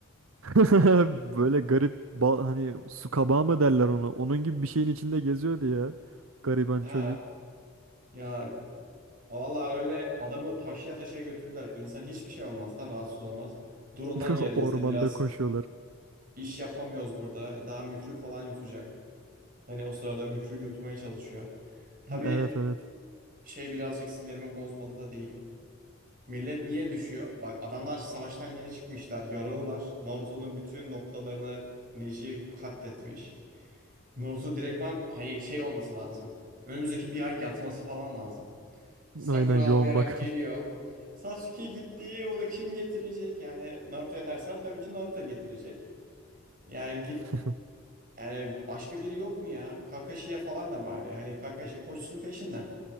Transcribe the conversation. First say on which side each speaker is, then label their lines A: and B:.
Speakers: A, on the right; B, on the right.
A: <laughs> Böyle garip ba- hani su kabağı mı derler ona? Onun gibi bir şeyin içinde geziyordu ya. Gariban
B: Ha
A: çocuk.
B: ya vallahi öyle adamı taşıya taşıya götürdüler. İnsan hiçbir şey olmaz da rahatsız olmaz. Durun
A: <laughs>
B: lan yerinizde
A: Ormanda
B: biraz
A: koşuyorlar.
B: iş yapamıyoruz burada. Daha mührü falan yutacak. Hani o sırada mührü yutmaya çalışıyor. Tabii
A: Evet evet.
B: e, şey birazcık sinirimi bozmadı da değil. Millet niye düşüyor? Bak adamlar savaştan yeni çıkmışlar, yaralılar. Naruto'nun bütün noktalarını Neji katletmiş. Naruto direktman hani şey olması lazım. Önümüzdeki bir ay yatması falan lazım. Sakura
A: Aynen yoğun
B: ağlayarak
A: bakım.
B: geliyor. Sasuke gitti, onu kim getirecek? Yani Naruto'ya dersen tabii ki Naruto getirecek. Yani git
A: <laughs>
B: yani başka biri yok mu ya? Kakashi'ye falan da bari. Hani Kakashi koşsun peşinden.